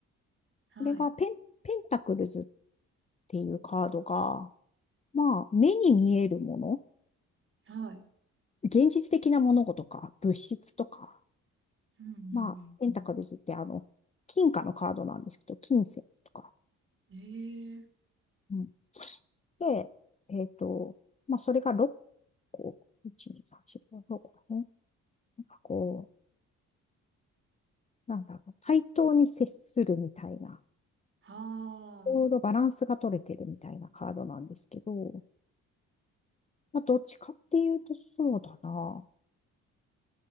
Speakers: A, on the right; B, on the left.
A: はい。
B: これがペン、ペンタクルズっていうカードが、まあ、目に見えるもの、
A: はい。
B: 現実的な物事とか、物質とか、
A: うんうん
B: まあ、ペンタクルズってあの、金貨のカードなんですけど、金銭とか。
A: うん。ええ。
B: うんで、えっと、まあ、それが6個、1、2、3、4、5、6個だね。なんかこう、なんだろう、対等に接するみたいな、
A: は
B: ちょうどバランスが取れてるみたいなカードなんですけど、
A: あ。
B: まあ、どっちかっていうとそうだな。